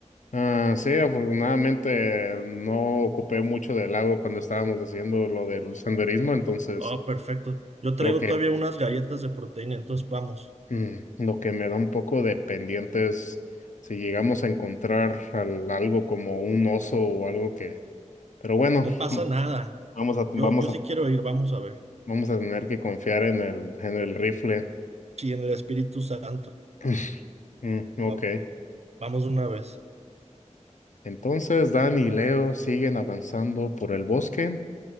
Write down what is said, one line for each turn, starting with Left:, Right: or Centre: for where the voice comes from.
Left: Ah, sí, afortunadamente no ocupé mucho del agua cuando estábamos haciendo lo del senderismo, entonces...
Right: Oh, oh, perfecto. Yo traigo
Left: Creo que
Right: todavía unas galletas de proteína, entonces vamos.
Left: mm, lo que me da un poco de pendiente es si llegamos a encontrar al- algo como un oso o algo que... Pero bueno,
Right: No pasa nada.
Left: vamos a,
Right: Yo,
Left: vamos
Right: yo sí
Left: a,
Right: quiero ir, vamos a ver.
Left: vamos a tener que confiar en el, en el rifle.
Right: Sí, en el Espíritu Santo.
Left: <laughs> Mm, ok.
Right: Va- Vamos de una vez.
Left: Entonces Dan y Leo siguen avanzando por el bosque